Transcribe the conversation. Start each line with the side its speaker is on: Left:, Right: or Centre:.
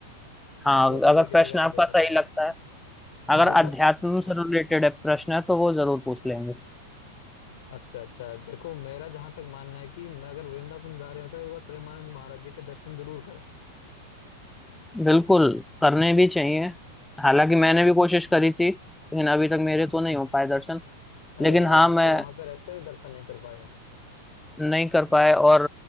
Centre: हाँ
Left: हाँ वो तो
Centre: अगर
Left: वीडियो
Centre: प्रश्न
Left: वगैरह
Centre: आपका
Left: में देखा
Centre: सही
Left: था भाई
Centre: लगता है
Left: भाई
Centre: अगर
Left: देखो
Centre: अध्यात्म से रिलेटेड है प्रश्न है तो वो जरूर पूछ लेंगे
Left: अच्छा अच्छा देखो मेरा जहां तक मानना है कि मैं अगर वृंदावन जा रहे हो तो एक बार प्रेमानंद महाराज जी के दर्शन जरूर करें
Centre: बिल्कुल करने भी चाहिए हालांकि मैंने भी कोशिश करी थी लेकिन अभी तक मेरे तो नहीं हो पाए दर्शन
Left: अरे
Centre: लेकिन
Left: भाई
Centre: हाँ
Left: आप
Centre: मैं
Left: तो वहां पे रहते हुए दर्शन नहीं कर पाए हो
Centre: नहीं कर पाए और